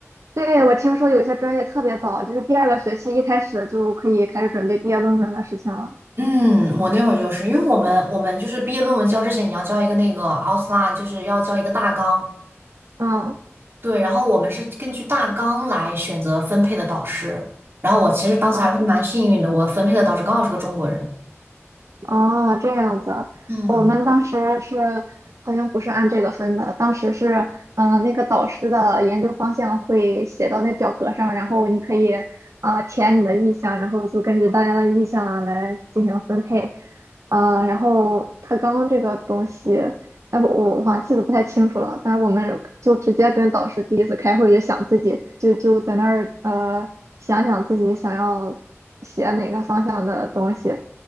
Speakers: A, on the right (about 80°); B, on the right (about 55°).
A: 对，我听说有一些专业特别早，就是第二个学期一开始就可以开始准备毕业论文的事情了。
B: 嗯，我那会儿就是因为我们我们就是毕业论文交之前，你要交一个那个 outline，就是要交一个大纲，
A: 嗯，
B: 对，然后我们是根据大纲来选择分配的导师。然后我其实当时还是蛮幸运的，
A: 啊。
B: 我分配的导师刚好是个中国人。
A: 哦，这样子，
B: 嗯，
A: 我们当时是好像不是按这个分的，当时是嗯、呃那个导师的研究方向会写到那表格上，然后你可以啊、呃填你的意向，然后就根据大家的意向来进行分配，呃，然后他刚这个东西，哎，我我好像记得不太清楚了，但是我们就直接跟导师第一次开会就想自己就就在那儿呃想想自己想要写哪个方向的东西。